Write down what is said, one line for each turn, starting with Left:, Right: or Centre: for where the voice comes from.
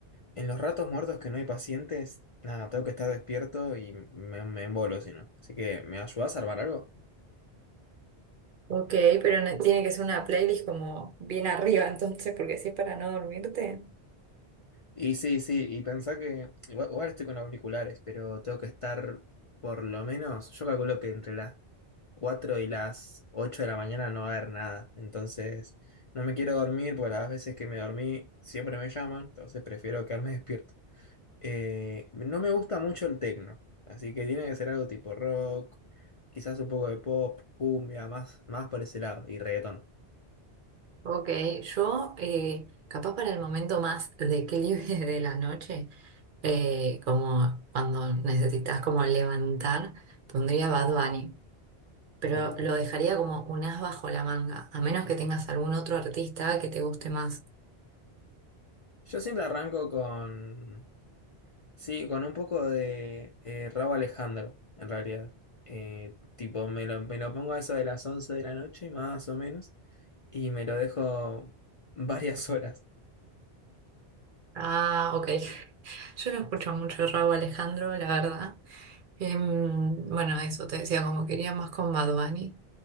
Left: En los ratos muertos que no hay pacientes, nada, tengo que estar despierto y me, me embolo si no. Así que, ¿me ayudás a armar algo?
Right: Ok, pero ne- tiene que ser una playlist como bien arriba entonces, porque si es para no dormirte.
Left: Y sí, sí, y pensá que igual, igual estoy con auriculares, pero tengo que estar por lo menos, yo calculo que entre las 4 y las 8 de la mañana no va a haber nada. Entonces, no me quiero dormir porque las veces que me dormí siempre me llaman, entonces prefiero quedarme <laughs> despierto. Eh, no me gusta mucho el techno así que tiene que ser algo tipo rock, quizás un poco de pop, cumbia, más, más por ese lado, y reggaetón.
Right: Ok, yo eh, capaz para el momento más de que libre <laughs> de la noche, eh, como cuando necesitas como levantar, pondría Bad Bunny, pero
Left: Ok.
Right: lo dejaría como un as bajo la manga, a menos que tengas algún otro artista que te guste más.
Left: Yo siempre arranco con, sí, con un poco de eh, Rauw Alejandro, en realidad. Eh, tipo, me lo, me lo pongo a eso de las 11 de la noche, más o menos, y me lo dejo <laughs> varias horas.
Right: Ah, ok, <laughs> yo no escucho mucho Rauw Alejandro, la verdad. Em, bueno, eso te decía, como quería más con Bad Bunny.